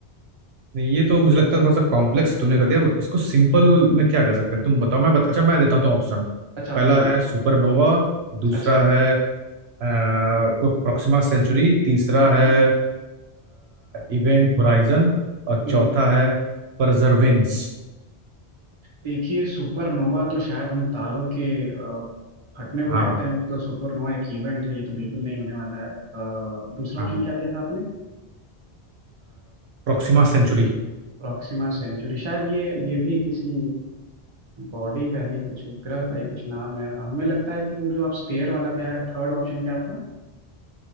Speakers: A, on the right; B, on the right.
A: नहीं ये तो मुझे लगता है थोड़ा सा कॉम्प्लेक्स तुमने कर दिया इसको सिंपल में क्या कर सकते हैं तुम बताओ मैं बत, अच्छा मैं देता हूँ तो ऑप्शन
B: अच्छा
A: पहला
B: ऑप्शन दे देते
A: है सुपरनोवा
B: हैं।
A: दूसरा
B: अच्छा
A: है प्रो, प्रोक्सिमा सेंचुरी तीसरा है
B: हम्म
A: इवेंट होराइजन और
B: हम्म।
A: चौथा है परजर्वेंस
B: देखिए सुपरनोवा तो शायद हम तारों के अ, फटने को
A: हाँ
B: कहते हैं वो तो सुपरनोवा एक इवेंट है ये तो बिल्कुल नहीं होने वाला है अ, दूसरा
A: हाँ
B: ऑप्शन क्या दिया था आपने
A: Proxima Centauri
B: प्रॉक्सिमा सेंचुरी शायद ये ये भी किसी बॉडी का ही कुछ उपग्रह का ही कुछ नाम है हमें लगता है कि वो जो आप स्पेयर वाला क्या है थर्ड ऑप्शन क्या था